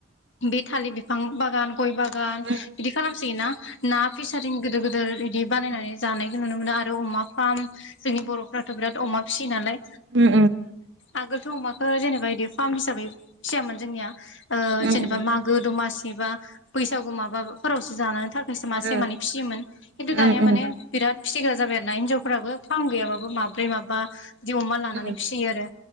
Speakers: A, on the left; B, on the right.
A: बे थालिर बिफां बागान गय बागान
B: उम
A: बिदि खालामसै ना ना फिसारिं गिदिर गिदिर बिदि बानायनानै
B: उम
A: जानाय नुनो मोनो आरो अमा फार्म जोंनि बर'फ्राथ' बिराद अमा फिसियो नालाय
B: उम
A: आगोलथ' अमाखौो जेनेबा बिदि फार्म हिसाबै फिसियामोन जोंनिया
B: उम
A: जेनेबा
B: उम
A: मागो दमासि जबा बैसागु माबाफोरावसो जानानै स मासे
B: ओ
A: माने फिसियोमोन खिन्थु
B: ओं
A: दानिया
B: ओं
A: माने बिराद फिथिग्रा जाबाय आरो ना हिनजावफोराबो फार्म गैयाबाबो माब्रै माबा बि अमा लानानै
B: ओं
A: फिसियो आरो